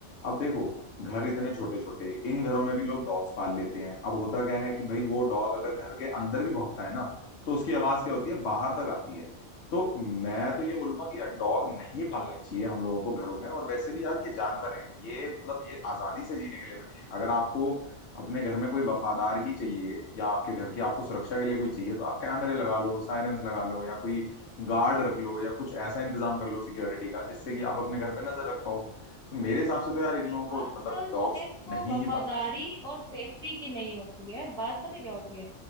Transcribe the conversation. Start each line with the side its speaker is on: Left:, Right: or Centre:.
Left: अब देखो घर इतने छोटे छोटे इन घरों में भी लोग डॉग्स पाल लेते हैं अब होता क्या है कि भाई वो डॉग अगर घर के अंदर भी भौंकता है ना तो उसकी आवाज क्या होती है बाहर तक आती है तो मैं तो ये बोलूंगा कि यार डॉग नहीं पालने चाहिए हम लोगों को घरों में और वैसे भी यार ये जानवर हैं ये मतलब ये आजादी से जीने के लिए बने हैं अगर आपको अपने घर में कोई वफादार ही चाहिए या आपके घर की आपको सुरक्षा के लिए कोई चाहिए तो आप कैमरे लगा लो सायरेंस लगा लो या कोई गार्ड रख लो या कुछ ऐसा इंतजाम कर लो सिक्योरिटी का जिससे कि आप अपने घर पे नजर रख पाओ तो मेरे हिसाब से तो यार इन लोगों को
Centre: बात
Left: मतलब डॉग्स
Centre: सिर्फ
Left: नहीं
Centre: वफादारी
Left: ही पालना चाहिए
Centre: और सेफ्टी की नहीं होती है बात पता है क्या होती है